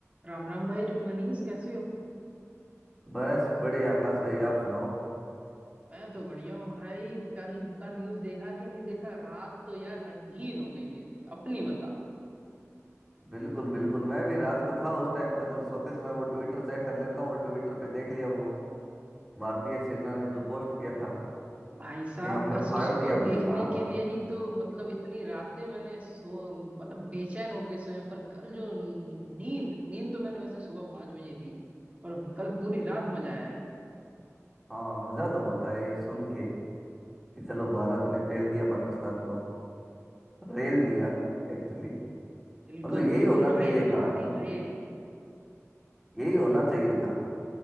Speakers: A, on the right (about 25°); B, in the centre.
A: राम राम भाई रे- मनीष कैसे हो
B: बस बढ़िया आकाश भाई आप सुनाओ
A: मैं तो बढ़िया हूँ भाई कल का न्यूज़ देखा कि नहीं देखा रात तो यार रंगीन हो गई मेरी अपनी बताओ
B: बिल्कुल बिल्कुल मैं भी रात को था उस टाइम तक और सोते समय वो ट्विटर चेक कर लेता हूँ और ट्विटर पे देख लिया वो भारतीय सेना ने जो पोस्ट किया था
A: भाई साहब
B: कि हमने
A: बस
B: फाड़
A: उसको
B: दिया भाई
A: देखने
B: साहब
A: के लिए ही तो मतलब इतनी रातें मैंने सो मतलब बेचैन होके सोया पर कल जो नींद नींद तो मैंने वैसे सुबह पांच बजे ली पर कल पूरी रात मजा आया
B: हाँ मजा तो बहुत आया ये सुन के कि चलो भारत ने पेल दिया पाकिस्तान को रेल दिया एक्चुअली
A: बिल्कुल
B: मतलब यही
A: बिल्कुल
B: होना
A: रेल
B: चाहिए
A: बना
B: था
A: दी रेल
B: यही होना चाहिए था